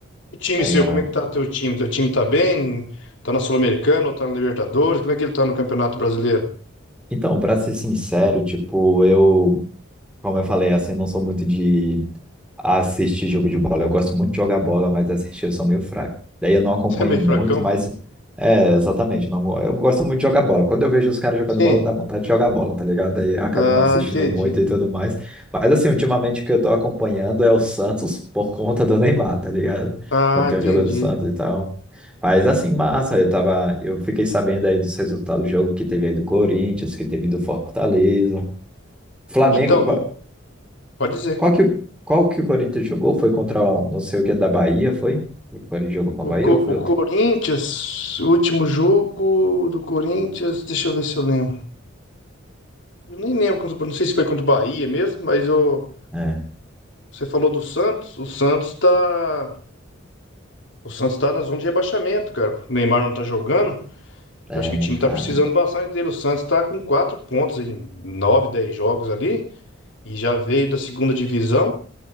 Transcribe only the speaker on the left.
E o time
seu, como é que tá teu time? Teu time tá bem? Tá na Sul-Americana ou tá na Libertadores? Como é que ele tá no Campeonato Brasileiro?
<laughs> é meio
fracão?
Sim.
Ah,
entendi.
Ah,
entendi.
Então, o- pode dizer.
O,
Co-
o
Corinthians, o último jogo do Corinthians, deixa eu ver se eu lembro. Eu nem lembro, contra- não sei se foi contra o Bahia mesmo, mas eu,
você falou do Santos. O Santos tá. O Santos tá na zona de rebaixamento, cara. O Neymar não tá jogando.
Eu acho que
o time
tá precisando
bastante dele. O Santos tá com quatro pontos em nove, dez jogos ali. E já veio da segunda divisão.